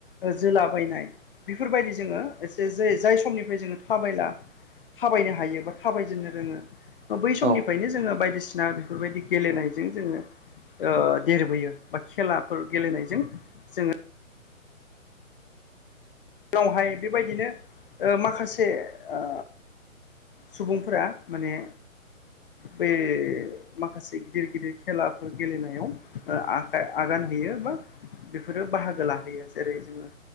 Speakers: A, on the left (about 40°); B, on the right (about 55°).
A: ओ जोलाबायनाय बेफोरबायदि जोङो एसे जै जाय समनिफ्राय जोङो थाबायला थाबायनो हायो बा थाबायजेननो रोङो। ओबै समनिफायनो
B: औ
A: जोङो बायदिसिना बेफोरबायदि गेलेनायजों जोङो ओ देरबोयो बा खेलाफोर गेलेनायजों
B: औ
A: जोङो बेवहाय बेबायदिनो ओ माखासे ओ सुबुंफोरा माने
B: <inaudible>
A: बे माखासे गिदिर गिदिर खेलाफोर गेलेनायाव ओ आखाइ आगान होयो बा बेफोरो बाहागो लाहैयो जेरै जोङो